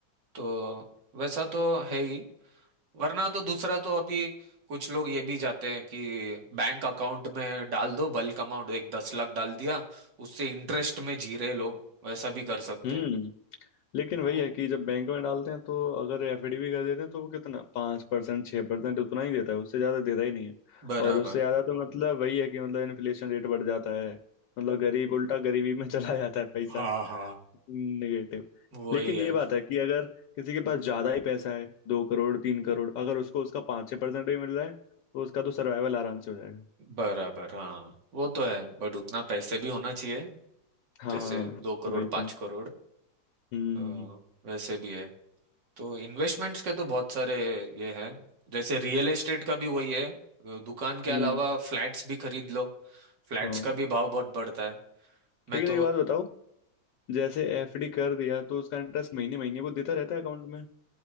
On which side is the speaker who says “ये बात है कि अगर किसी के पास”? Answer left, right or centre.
Left